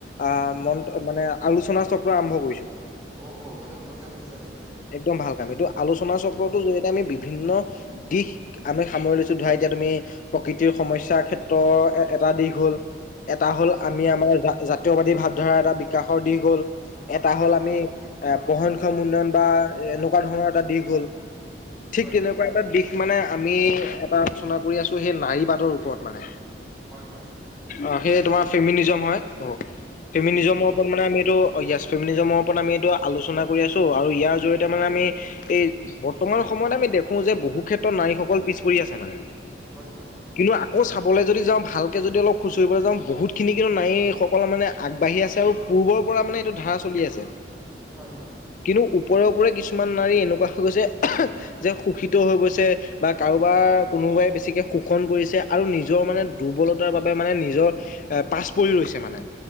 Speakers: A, on the left (about 45°); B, in the centre.
A: আহ মন আ আলোচনা চক্ৰ আৰম্ভ কৰিছো।
B: অ অ এটা ভাল কাম কৰিছা দেই সেইটো
A: একদম ভাল কাম এইটো আলোচনা চক্ৰটোৰ জৰিয়তে আমি বি ভিন্ন দিশ আমি সামৰি লৈছো ধৰা এতিয়া তুমি প্ৰকৃতিৰ সমস্যাৰ ক্ষেত্ৰৰ এ এটা দিশ হ'ল এটা হ'ল
B: হয় হয়
A: আমি আমাৰ আ জাতীয়বাদী ভাৱধাৰা এটা বিকাশৰ দিশ হল, এটা
B: হয়
A: হ'ল
B: হয়
A: আমি এ বহনক্ষম উন্নয়ন বা এনেকুৱা ধৰণৰ এটা দিশ হ'ল ঠিক
B: হয় হয়
A: তেনেকুৱা
B: হয়
A: এটা দিশ মানে আমি এটা আলোচনা কৰি আছো সেই নাৰী বাদৰ ওপৰত মানে।
B: হয় হয়।
A: অ সেইয়ে তোমাৰ ফেমিনিজম হয়
B: ফেমিনিজম
A: ফেমিনিজমত
B: ন
A: মানে আমি এইটো য়ছ ফেমিলিজমৰ ওপৰত আমি এইটো আলোচনা কৰি আছো আৰু ইয়াৰ জৰিয়তে মানে আমি এই বৰ্তমান সময়ত আমি দেখো যে বহু ক্ষেত্ৰত নাৰীসকল পিছ পৰি আছে মানে।
B: হয় হয়
A: কিন্তু আকৌ চাবলৈ যদি যাওঁ ভালকে যদি অলপ খুচৰিবলৈ যাওঁ বহুতখিনি কিন্তু নাৰীসকললে মানে আগবাঢ়ি আছে আৰু পূৰ্বৰ পৰা মানে এইটো ধাৰা চলি আছে
B: হয় হয় হয়
A: কিন্তু ওপৰে ওপৰে কিছুমান নাৰী এনেকুৱা হৈ গৈছে যে শোষিত হৈ গৈছে বা কাৰোবাৰ কোনোবাই বেছিকে শোষণ কৰিছে আৰু নিজৰ মানে দুৰ্বলতাৰ বাবে মানে নিজৰ এ পাছ পৰি ৰৈছে মানে